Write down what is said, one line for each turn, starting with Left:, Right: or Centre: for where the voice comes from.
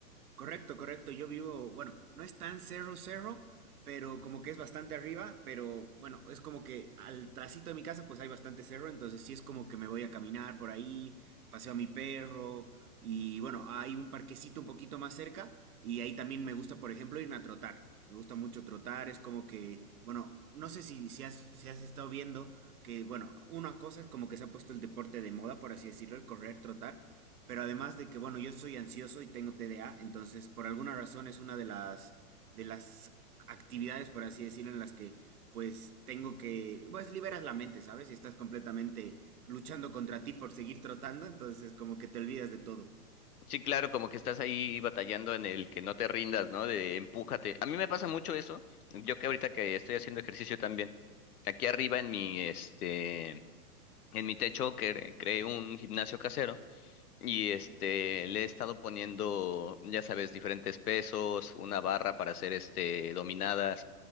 Right: Correcto, correcto. Yo vivo, bueno, no es tan cerro cerro, pero como que es bastante arriba, pero bueno, es como que al trasito de mi casa pues hay bastante cerro, entonces sí es como que me voy a caminar por ahí, paseo a mi perro y bueno, hay un parquecito un poquito más cerca y ahí también me gusta, por ejemplo, irme a trotar. Me gusta mucho trotar, es como que, bueno, no sé si, si has, si has estado viendo que, bueno, una cosa es como que se ha puesto el deporte de moda, por así decirlo, el correr, trotar, pero además de que, bueno, yo soy ansioso y tengo TDA, entonces por alguna razón es una de las, de las actividades, por así decirlo, en las que pues tengo que, pues liberas la mente, ¿sabes? Y estás completamente luchando contra ti por seguir trotando, entonces como que te olvidas de todo.
Left: Sí, claro, como que estás ahí batallando en el que no te rindas, ¿no? De empújate. A mí me pasa mucho eso. Yo que ahorita que estoy haciendo ejercicio también. Aquí arriba en mi, este, en mi techo que creé un gimnasio casero. Y este, le he estado poniendo, ya sabes, diferentes pesos, una barra para hacer este dominadas,